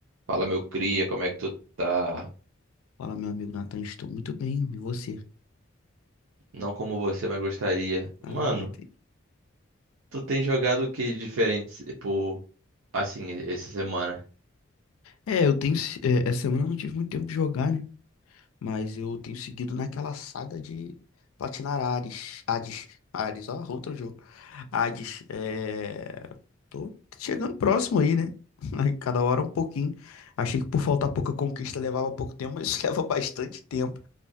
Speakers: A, on the right (about 70°); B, on the left (about 80°).
A: Fala, meu cria, como é que tu tá?
B: Fala, meu amigo Nathan, estou muito bem, e você?
A: Não como você, mas gostaria.
B: Ah,
A: Mano,
B: entendi.
A: tu tem jogado o que de diferente, tipo, assim, essa semana?
B: É, eu tenho. se- é, essa semana eu não tive muito tempo de jogar, né? Mas eu tenho seguido naquela saga de platinar Ares. Hades. Ares, ó, outro jogo. Hades. É... Tô chegando próximo aí, né? <laughs> Aí Cada hora um pouquinho. Achei que por faltar pouca conquista levava pouco tempo, mas isso <laughs> leva bastante tempo.